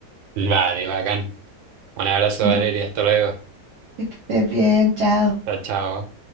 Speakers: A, on the right; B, on the right.
A: Vale, bacán. Un abrazo
B: Ya,
A: Valeria, hasta luego.
B: que estés bien, chao.
A: Chao, chao.